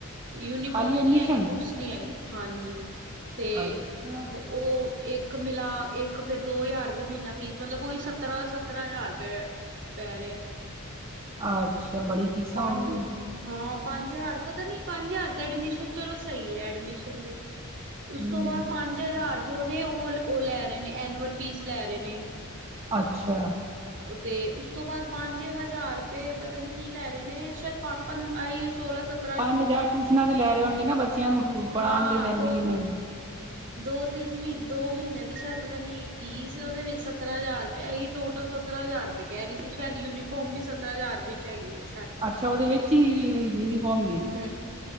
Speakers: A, on the right; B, on the right.
A: ਯੂਨੀਫੋਮ
B: ਖਾਲੀ ਐਡਮਿਸ਼ਨ
A: ਨੀ ਹੈਗੀ ਬੁ ਕੁਛ ਨੀ ਆਈ, ਹਾਂਜੀ ਤੇ
B: ਅੱਛਾ
A: ਓ ਏਕ ਮਿਲਾ ਏਕ, ਫੇਰ ਦੋ ਹਜ਼ਾਰ ਰੁਪਏ ਮਹੀਨਾ ਫੀਸ, ਮਤਲਬ ਓਹੀ ਸਤਰਾਂ-ਸਤਰਾਂ ਹਜ਼ਾਰ ਰੁਪਏ ਪੈ ਰੇਆ ਐ।
B: ਅੱਛਾ, ਬੜੀ ਫੀਸਾਂ
A: ਪਾਂਜ
B: ਹੋ ਗਈ
A: ਹਾਂ ਪੰਜ ਹਜ਼ਾਰ, ਪਤਾ ਨੀ ਪੰਜ ਹਜ਼ਾਰ ਤੇ ਐਡਮਿਸ਼ਨ ਚਲੋ ਸਈ ਏ, ਐਡਮਿਸ਼ਨ ਦੇ। ਉਸ
B: ਹਮ
A: ਤੋਂ ਬਾਅਦ ਪੰਜ ਹਜ਼ਾਰ ਜੋ ਨੇ ਉਹ, ਉਹ ਲੈ ਰਏ ਨੇ ਐਨੂਅਲ ਫੀਸ ਲੈ ਰਹੇ ਨੇ।
B: ਅੱਛਾ।
A: ਉਹ ਤੇ, ਉਸ ਤੋਂ ਬਾਅਦ ਪੰਜ ਹਜ਼ਾਰ ਰੁਪਏ, ਪਤਾ ਨੀ ਕਿ? ਲੈ ਰਏ ਨੇ, ਸ਼ੇਦ ਪਾਪਨ ਆਈਓ ਸੋਲਾਂ ਸੱ
B: ਪੰਜ ਹਜ਼ਾਰ ਟਿਊਸ਼ਨਾਂ ਦੇ ਲੈ ਰਹੇ ਹੋਣਗੇ ਨਾ, ਬੱਚਿਆਂ ਨੂੰ ਰੁਲ ਪੜ੍ਹਾਣ
A: ਹਾਂ
B: ਦੇ ਲੈਂਦੀ
A: ਦੋ
B: ਜਿੰਨੇ।
A: ਦੋ ਤਿੰਨ ਮੀ, ਦੋ ਮੀਨੇ ਦੀ ਸ਼ਾਇਦ ਪਤਾ ਨੀ ਫੀਸ ਏ ਓਦੇ ਵਿੱਚ, ਸਤਰਾਂ ਹਜ਼ਾਰ ਏਹੀ ਟੋਟਲ ਸਤਰਾਂ ਹਜ਼ਾਰ ਰੁਪਏ ਕਹਿ ਰਹੀ ਸੀ, ਸ਼ਾਏਦ ਯੂਨੀਫੋਰਮ ਵੀ ਸੱਤਰਾਂ ਹਜ਼ਾਰ ਵਿੱਚ ਹੈਗੀ ਏ।
B: ਅੱਛਾ ਉਹਦੇ ਵਿੱਚ ਹੀ-ਹੀ ਯੂਨੀਫੋਮ ਵੀ?
A: ਹਮ